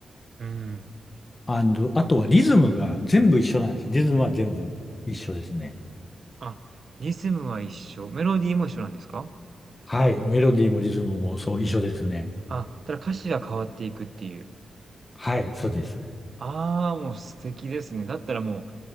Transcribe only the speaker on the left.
あの、あとはリズムが全部一緒なんです。リズムは全部一緒ですね。
はい。メロディーもリズムもそう、一緒ですね。
はい、そうです。